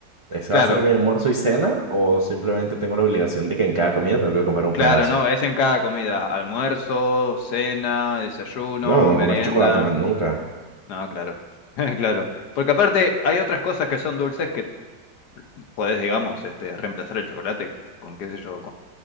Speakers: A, on the right; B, on the left.
A: ese
B: claro,
A: va a ser mi almuerzo y cena? ¿O simplemente tengo la obligación de que en cada comida tengo que comer un
B: claro,
A: pedazo?
B: no, es en cada comida. Almuerzo, cena, desayuno,
A: No, no
B: merienda.
A: comer chocolate más nunca.
B: No, claro, <laughs> claro. Porque aparte hay otras cosas que son dulces que podés, digamos, este, reemplazar el chocolate con, qué sé yo,